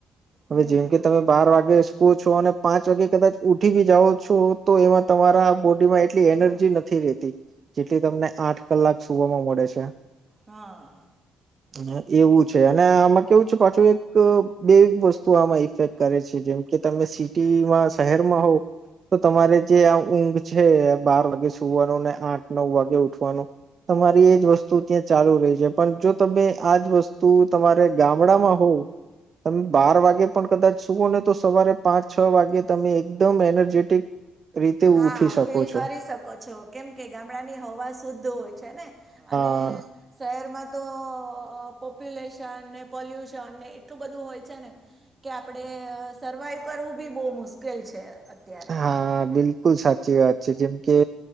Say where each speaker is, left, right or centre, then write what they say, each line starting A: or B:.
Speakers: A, on the right; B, on the right.
A: હવે
B: હમ
A: જેમ કે તમે બાર વાગ બે સ્કો છો અને અને પાંચ વાગે કદાચ ઉઠી બી જાઓ છો તો એમાં તમારા બોડીમાં એટલી
B: હમ
A: એનર્જી નથી રેતી જેટલી તમને આઠ કલાક સુવામાં મળે છે.
B: હાઅ.
A: અને એવું છે અને આમાં કેવું છે પાછું એક બે વસ્તુ આમાં ઇફેક્ટ કરે છે. જેમ કે તમે સિટીમાં શહેરમાં હો તો તમારે જે આ ઊંઘ છે બાર વાગે સુવાનું ને આઠ નવ વાગે ઉઠવાનું તમારી એજ વસ્તુ ત્યાં ચાલુ રહે છે પણ જો તમે આજ વસ્તુ તમારે ગામડામાં હોવ તમે બાર વાગે પણ કદાચ સુવો ઓ ને તો સવારે પાંચ છ વાગે તમે એકદમ એનર્જેટિક રીતે
B: હા,
A: ઉઠી શકો
B: ફીલ
A: છો
B: કરી શકો છો. કેમ કે ગામડાની હવા શુદ્ધ હોય છે ને અને
A: હા.
B: શહેરમાં તો અઅ પોપ્યુલેશન ને પોલ્યુશન ને એટલું બધું હોય છે ને કે આપડે સર્વાઈવ કરવું બી બો મુશ્કેલ છે. અત્યારે
A: હા, બિલ બિલકુલ સાચી વાત છે. જેમ કે